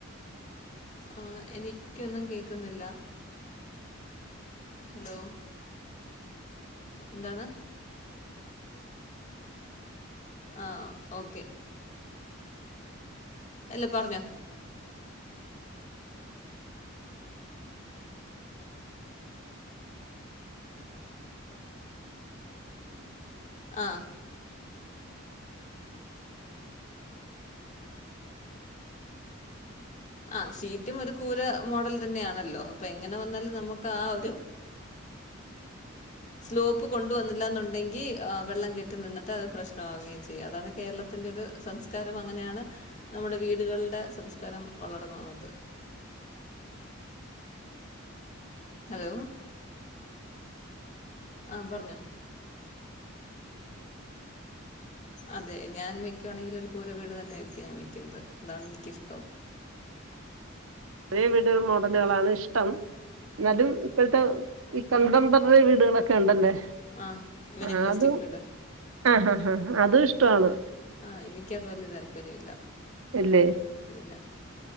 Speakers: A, on the left; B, on the right.
A: ആഹ് എനിക്കൊന്നും കേക്കുന്നില്ല ഹലോ എന്താണ് ആഹ് ഓക്കെ അല്ല പറഞ്ഞോ ആഹ് ആഹ് ഷീറ്റും ഒരു കൂര മോഡൽ തന്നെയാണല്ലോ അപ്പൊ എങ്ങനെ വന്നാലും നമുക്ക് ആ ഒരു സ്ലോപ്പ് കൊണ്ടുവന്നില്ല എന്നുണ്ടെങ്കി ഏഹ് വെള്ളം കെട്ടി നിന്നിട്ട് അത് പ്രശ്നമാവുകയും ചെയ്യും അതാണ് കേരളത്തിന്റെ ഒരു സംസ്കാരം അങ്ങനെയാണ് നമ്മുടെ വീടുകൾടെ സംസ്കാരം വളർന്ന് വന്നത് ഹലോ ആഹ് പറഞ്ഞോ അതെ ഞാൻ വെക്കുവാണെങ്കിലൊരു കൂര വീട് തന്നെയായിരിക്കും ഞാൻ വെക്കുന്നത് അതാണ് എനിക്കിഷ്ടോം.
B: പഴേ വീട് മോഡലുകളാണ് ഇഷ്ടം <unintelligible>
A: ഉം.
B: ഇപ്പൊഴ്ത്തെ ഇപ് കണ്ടമ്പററി വീടുകളൊക്കെ ഉണ്ടല്ലേ
A: ആഹ് മിനിമലിസ്റ്റിക്
B: ആ അതും
A: വീട്.
B: ഹാ ആ അതും ഇഷ്ടവാണ്
A: ആ എനിക്ക് അത് വല്ല്യ താല്പര്യം ഇല്ല
B: എല്ലേ
A: ഇല്ല